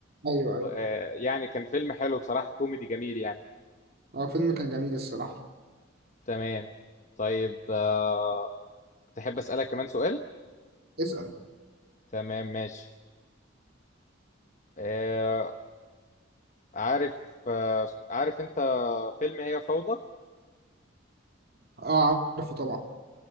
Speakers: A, on the right; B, on the left.
A: أيوه
B: ويعني
A: أيوه
B: كان فيلم حلو بصراحة كوميدي جميل يعني
A: اه فيلم كان جميل الصراحة
B: تمام طيب آه، تحب أسألك كمان سؤال
A: اسأل
B: تمام ماشي آه، عارف آه، عارف أنت فيلم هي فوضى
A: اه عارفه طبعا